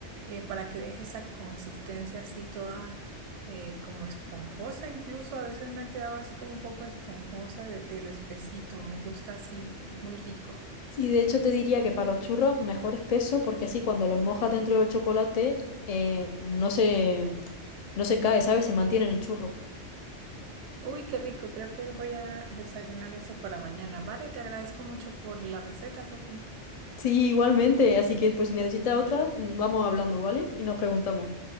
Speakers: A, on the right; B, on the left.
A: eh, para que deje esa consistencia así toda eh, como esponjosa. Incluso a veces me ha quedado así como un poco esponjosa de, de lo espesito. Me gusta así, es muy rico.
B: Sí, de hecho te diría que para los churros mejor espeso porque así cuando los mojas dentro del chocolate eh, no se, no se cae, ¿sabes? Se mantiene en el churro.
A: Uy, qué rico. Creo que voy a desayunar eso para mañana. Vale, te agradezco mucho por la receta, Sofía.
B: Sí, igualmente. Así que pues si necesitas otra, mm, vamos hablando, ¿vale? Y nos preguntamos.